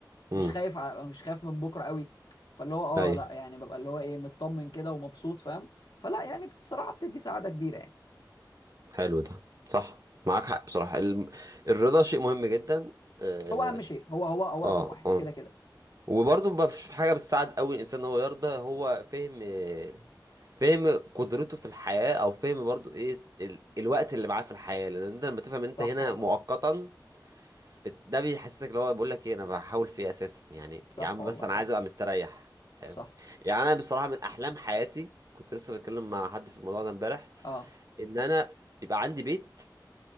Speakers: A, on the right; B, on the left.
A: امم
B: مش خايف على مش خايف من بكره قوي فاللي هو
A: ايوه
B: اه لا يعني ببقى اللي هو ايه مطمن كده ومبسوط فاهم فلا يعني بصراحه بتدي سعاده كبيره يعني
A: حلو ده صح معاك حق بصراحة الم... الرضا شيء مهم جدا اه
B: هو اهم شيء هو هو هو رقم
A: اه
B: واحد
A: آه.
B: كده كده
A: وبرضه ما فيش حاجة بتساعد قوي الإنسان إن هو يرضى هو فهم آه، فهم قدرته في الحياة أو فهم برضه إيه ال... الوقت اللي معاه في الحياة لأن أنت لما تفهم إن
B: صح
A: أنت هنا
B: والله
A: مؤقتا بت... ده بيحسسك اللي هو بيقول لك إيه أنا بحاول في إيه أساسا يعني
B: صح
A: يا عم
B: والله
A: بس أنا
B: فعلا
A: عايز أبقى مستريح فاهم
B: صح
A: يعني أنا بصراحة من أحلام حياتي كنت لسه بتكلم مع حد في الموضوع ده امبارح
B: اه
A: إن أنا يبقى عندي بيت